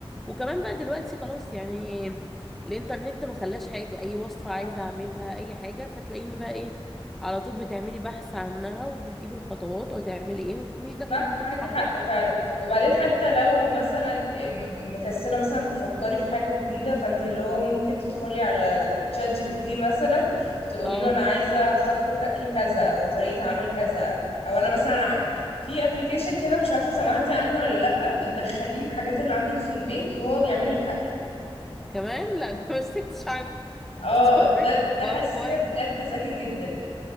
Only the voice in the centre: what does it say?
وكمان بقى دلوقتي خلاص يعني الانترنت ما خلاش حاجه اي وصفه
عايزه
اعملها اي حاجه فتلاقيني بقى ايه على طول بتعملي بحث عنها وبتجيبي الخطوات وهتعملي ايه وتقومي داخله
المطبخ
عاملاها
اه
كمان لا ده ما سكتش عنه <laughs>
بس والله
اه
كويس